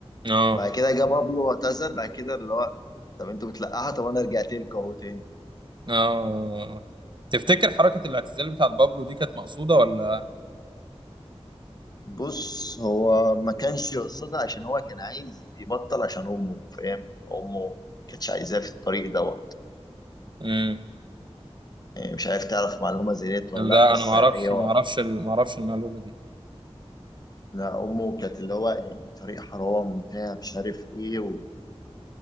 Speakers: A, on the right; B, on the left.
A: اه
B: بعد كده جه بابلو اعتذر بعد كده اللي هو طب انتوا بتلقحوا طب انا رجعت لكم اهو تاني
A: اه تفتكر حركة الاعتزال بتاعت بابلو دي كانت مقصودة ولا
B: بص هو ما كانش يقصدها عشان هو كان عايز يبطل عشان امه فاهم امه ما كانتش عايزاه في الطريق دوت
A: مم.
B: إيه، مش عارف تعرف معلومه زي ديت ولا
A: لا
B: لا بس
A: انا ما اعرفش
B: ايوه
A: ما اعرفش ال- ما اعرفش المعلومة دي
B: لا امه كانت اللي هو يعني طريق حرام بتاع مش عارف ايه وفاهم